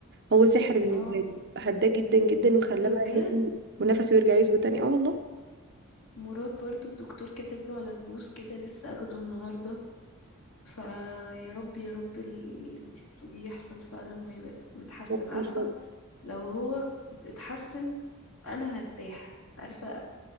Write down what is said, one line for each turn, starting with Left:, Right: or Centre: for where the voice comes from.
Right: هو سحر بالنسبة
Left: اه
Right: لي هداه جدا جدا وخلاه
Left: إيه ده
Right: بقى
Left: بجد
Right: هادي ونفسه يرجع يظبط تاني اه والله
Left: مراد برضو الدكتور كاتب له على البوس كده لسه اخده النهارده فيا رب يا رب اللي انت بتقوليه يحصل فعلا ويبقى متحسن
Right: بجرب
Left: عارفه لو هو اتحسن انا هرتاح عارفه